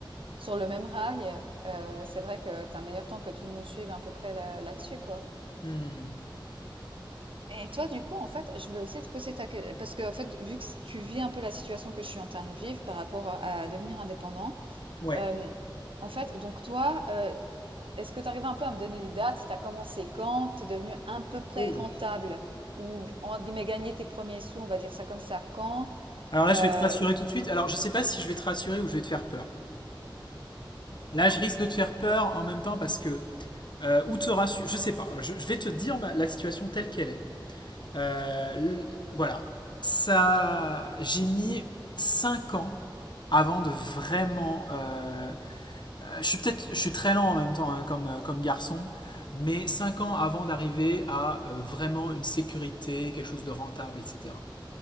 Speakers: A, on the right; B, on the left.
A: sur le même rail, euh, c'est vrai que t'as un meilleur temps que tout le monde suive à peu près là, là-dessus, quoi.
B: Hmm.
A: Et toi, du coup, en fait, je voulais aussi te poser ta question, parce que, en fait, vu que tu vis un peu la situation que je suis en train de vivre par rapport à à devenir indépendant,
B: Ouais.
A: euh, en fait, donc toi, euh, est-ce que tu arrives un peu à me donner des dates? Tu as commencé quand? Tu es devenu à peu près
B: Oh là
A: rentable?
B: là.
A: Ou, entre guillemets, gagner tes premiers sous, on va dire ça comme ça, quand?
B: Alors là,
A: Euh,
B: je vais te rassurer tout de suite. Alors, je sais pas si je vais te rassurer ou je vais te faire peur. Là, je risque de te faire peur en même temps parce que euh, ou te rassurer. Je sais pas. Je, je vais te dire ma- la situation telle qu'elle est. Euh, l- voilà. Ça, j'ai mis 5 ans avant de vraiment. euh, je suis peut-être, je suis très lent en même temps hein, comme euh, comme garçon, mais 5 ans avant d'arriver à euh, vraiment une sécurité, quelque chose de rentable, etc.